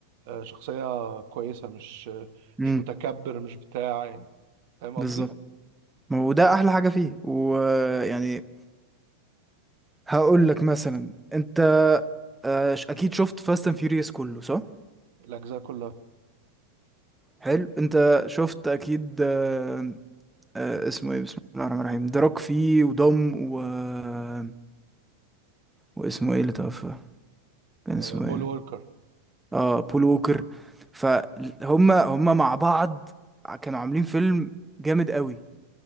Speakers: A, on the right (about 50°); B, in the centre.
A: آه، شخصية كويسة مش
B: امم
A: مش متكبر مش بتاع يعني فاهم قصدي؟
B: بالظبط ما هو ده احلى حاجه فيه ويعني هقول لك مثلا انت آه، ش- اكيد شفت فاست اند فيوريوس كله صح
A: الأجزاء كلها
B: حلو انت شفت اكيد آه، آه، اسمه ايه بسم الله الرحمن الرحيم دراك فيه ودم و... آه، واسمه ايه اللي توفى كان
A: آه،
B: اسمه
A: بول
B: ايه
A: ووركر
B: اه بول ووكر فهم هم مع بعض كانوا عاملين فيلم جامد قوي